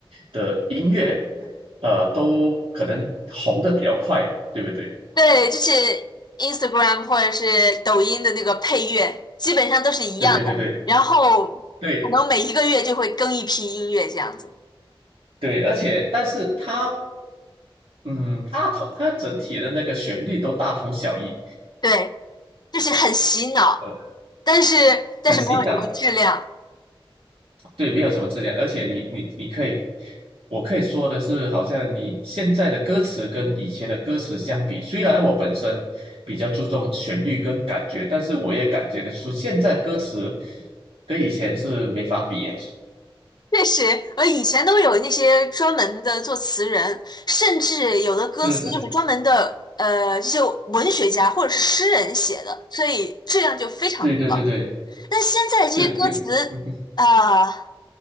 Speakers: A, on the right (about 80°); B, on the left (about 50°).
A: 的音乐，呃，都可能红的比较快，对不对？
B: 对，就是 Instagram 或者是抖音的那个配乐，基本上都是一样的，
A: 对对对对。
B: 然后
A: 对，
B: 可能每一个月就会更一批音乐这样子，
A: 对，而且但是它，嗯，它同它整体的那个旋律都大同小异，
B: 对，就是很洗脑，
A: 呃，
B: 但是但是没有什么质量。
A: 很洗脑，对，没有什么质量。而且你你你可以，我可以说的是，好像你现在的歌词跟以前的歌词相比，虽然我本身比较注重旋律跟感觉，但是我也感觉得出现在歌词跟以前是没法比耶。
B: 确实，呃，以前都有那些专门的作词人，甚至有的歌词就是专门的，
A: 是是是，
B: 呃，这些文学家或者是诗人写的，所以质量就非常的高。
A: 对对对对，
B: 但现在这些歌词，
A: 是，嗯
B: 啊、